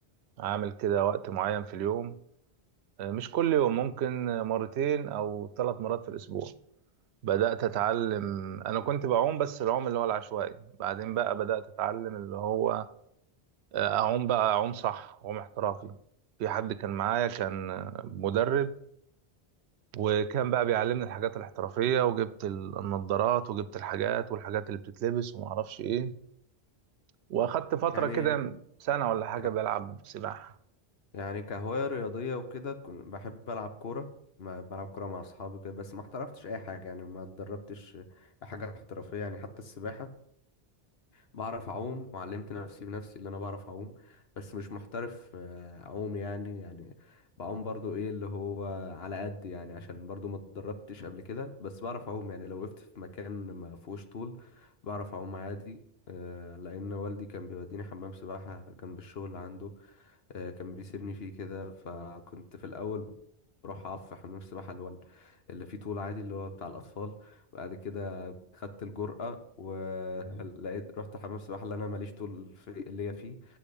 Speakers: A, on the right (about 80°); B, on the left (about 70°).
A: عامل كده وقت معين في اليوم آه مش كل يوم ممكن مرتين او ثلاث مرات في الاسبوع بدأت أتعلم أنا كنت بعوم بس العوم اللي هو العشوائي بعدين بقى بدأت أتعلم اللي هو آه، اعوم بقى اعوم صح اعوم احترافي في حد كان معايا كان مدرب وكان بقى بيعلمني الحاجات الاحترافية وجبت ال- النضارات وجبت الحاجات والحاجات اللي بتتلبس وما اعرفش ايه واخدت فترة
B: يعني
A: كده سنة ولا حاجة
B: ك-
A: بلعب سباحة
B: يعني كهواية رياضية وكده كن- بحب ألعب كورة ما بلعب كورة مع أصحابي كده بس ما احترفتش أي حاجة يعني ما اتدربتش حاجة احترافية يعني حتى السباحة بعرف اعوم وعلمت نفسي بنفسي اللي انا بعرف اعوم بس مش محترف آه، اعوم يعني يعني بعوم برضو ايه اللي هو على قد يعني عشان برضو ما اتدربتش قبل كده بس بعرف اعوم يعني لو وقفت في مكان ما فيهوش طول بعرف اعوم عادي آه، لان والدي كان بيوديني حمام سباحة جنب الشغل عنده آه، كان بيسيبني فيه كده فكنت في الاول بروح اقف في حمام السباحة اللي هو اللي فيه طول عادي اللي هو بتاع الاطفال بعد كده خدت الجرأة ولقيت <laughs> رحت حمام السباحة اللي انا ماليش طول في ليا فيه